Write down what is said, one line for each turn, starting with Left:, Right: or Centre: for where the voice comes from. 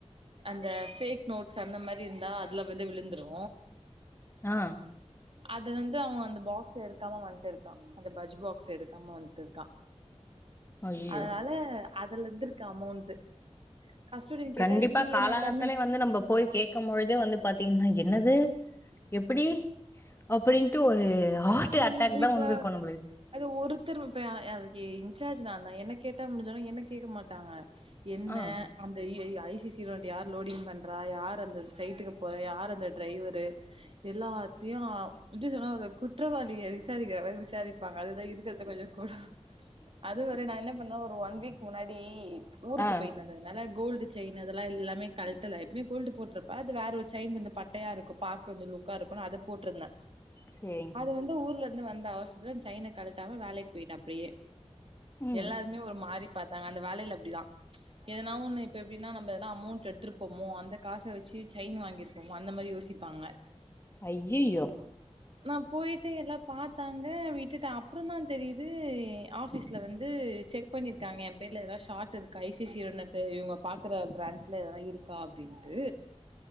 Right: அந்த பேஃக் நோட்ஸ் அந்த மாரி இருந்தா அதுல வந்து விழுந்துரு
Left: ஆ
Right: அது வந்து அவ அந்த பாக்ஸ் எடுக்காம வந்டுருக்கா அந்த பஜ் பாக்ஸ் எடுக்காம வந்ட்டுருக்கா
Left: ஐய்யயோ!
Right: அதனால அதுல இருந்துருக்கு அமௌண்ட் கஸ்டோடியன் கேட்டா
Left: கண்டிப்பா
Right: இல்லியே
Left: காலாங்காத்தாலே
Right: நா எல்லாமே
Left: வந்து நம்ம போய் கேக் கும் பொழுது வந்து பாத்தீங்கன்னா என்னது எப்டி அப்டின்ட்டு ஒரு ஹார்ட்
Right: ம்
Left: அட்டாக் தா
Right: இப்ப
Left: வந்திருக்கு நம்மளுக்
Right: அது ஒருத்தரு இப்ப அதுக்கு இன்சார்ஜ் நாந்தா என்ன கேட்டா முடிஞ்சுறு என்ன கேக்க மாட்டாங்க என்ன
Left: ஆ,
Right: அந்த எ ஐ ஐசிசி ரண்ட யார் லோடிங் பண்றா யார் அந்த சைட்டுக்கு போறா யார் அந்த டிரைவரு எல்லாத்தயு அ எப்டி சொல்றது அத குட் ற்றவாளிய விசாரிக்கிற மாரி விசாரிப்பாங்க அதுதா இருக்கறது கொஞ்சோ கொடு அத் துவர நா என்ன பண்ணே ஒரு ஒன் வீக் முன்னாடி ஊருக்கு
Left: ஆ,
Right: போய்ட்டு வந்த அதுநால கோல்டு செயின் அதெல்லா எல்லாமே கழட்டல எப்போவுமே கோல்டு போட்ருப்ப அது வேற ஒரு செயின் வந்து கொஞ்சோ பட் டையா இருக்கு பாக்க கொஞ்சோ லுக்கா இருக்குனு அத போட்ருந்த
Left: செரிங்
Right: அது வந்து ஊர்ல இருந்து வந்த அவசரத்துல அந்த சைன கழட்டாம வேலைக்கு போயிட்டே அப்டியே
Left: ம்.
Right: எல்லாருமே ஒரு மாறி பாத்தாங்க அந்த வேலைல அப்டிதா எதனா ஒண்ணு இப்ப எப்டினா நம்ம எதனா அமௌண்ட் எடுத்துருப்போமோ அந்த காச வச்சு சைன் வாங்கிருப் போமோ அந்த மாரி யோசிப்பாங்க
Left: ஐயயோ
Right: நா போய்ட்டு எல்லா பாத்தாங்க விட்டுட்ட அப்றோ தா தெரியுது ஆஃபீஸ்ல வந்து செக் க் பண்ணிருக்காங்க என் பேர்ல எதாது ஷாட் இருக்கா ஐசிசி ரனட்டு இவங்க பாக்ற பிரான்ஸ்ல எதனா இருக் கா அப்டின்ட்டு